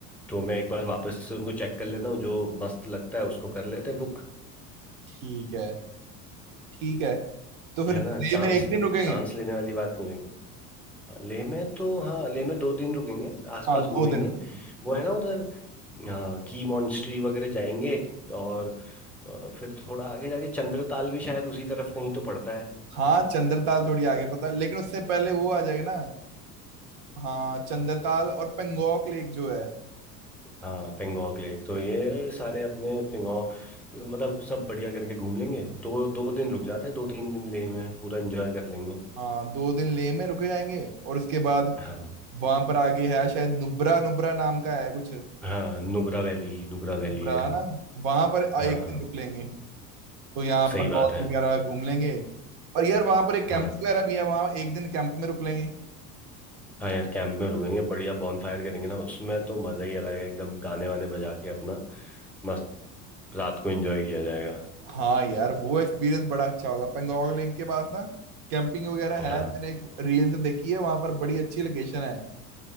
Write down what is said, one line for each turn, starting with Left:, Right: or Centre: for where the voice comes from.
Centre: तो मैं एक बार वापस से उनको चेक कर लेता हूँ जो मस्त लगता है उसको कर लेते हैं बुक
Right: ठीक है ठीक है तो
Centre: है
Right: फिर लेह
Centre: ना चांस
Right: में एक दिन रुकेंगे
Centre: चांस लेने वाली बात नहीं होगी हाँ, लेह में तो हाँ लेह में दो दिन रुकेंगे आसपास
Right: हाँ
Centre: घूमेंगे
Right: दो दिन रुकेंगे
Centre: वो है ना उधर हाँ की मॉन्स्ट्री वगैरह जाएंगे और अ, फिर थोड़ा आगे जाके चंद्रताल भी शायद उसी तरफ कहीं तो पड़ता है
Right: हाँ चंद्रताल थोड़ी आगे पता लेकिन उससे पहले वो आ जाएगा ना हाँ चंद्रताल और पेंगोंग लेक जो है
Centre: हाँ पेंगोंग लेक तो ये सारे अपने पेंगोंग मतलब सब बढ़िया करके घूम लेंगे दो दो दिन रुक जाते हैं दो तीन दिन लेह में पूरा एंजॉय कर लेंगे
Right: हाँ दो दिन लेह में रुके जाएंगे और उसके बाद
Centre: हाँ
Right: वहां पर आगे है शायद नुब्रा नुब्रा नाम का है कुछ
Centre: हाँ नुब्रा वैली नुब्रा
Right: नुब्रा
Centre: वैली है
Right: है ना वहां पर
Centre: हाँ
Right: एक दिन रुक लेंगे तो यहाँ
Centre: सही
Right: पेंगोंग
Centre: बात है
Right: वगैरह घूम लेंगे और यार वहां पर एक कैंप
Centre: हाँ
Right: वगैरह भी है वहां एक दिन कैंप में रुक लेंगे
Centre: हाँ यार कैंप में रुकेंगे बढ़िया फायर करेंगे ना उसमें तो मज़ा ही अलग है एकदम गाने वाने बजा के अपना मस्त रात को एंजॉय किया जाएगा
Right: हाँ यार वो एक्सपीरियंस बड़ा अच्छा होगा पेंगोंग लेक के पास ना कैंपिंग वगैरह है
Centre: हाँ
Right: मैंने एक रील्स देखी है वहां पर बड़ी अच्छी लोकेशन है